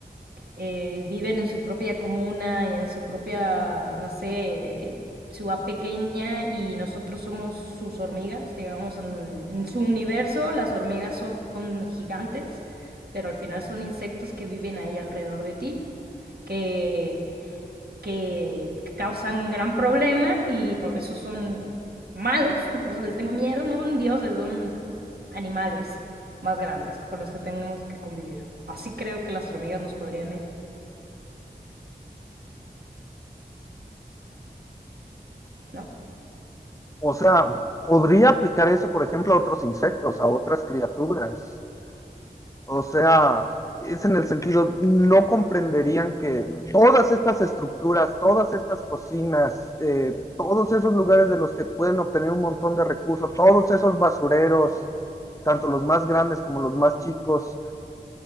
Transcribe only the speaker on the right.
eh, viven en su propia comuna y en su propia, no sé, ciudad pequeña y nosotros somos sus hormigas? Digamos, en, en su universo las hormigas son gigantes, pero al final son insectos que viven ahí alrededor de ti que que causan gran problema y por eso son malos, por eso les tengo miedo, no son dioses, son animales más grandes con los que tenemos que convivir. Así creo que las hormigas nos podrían ver, ¿no?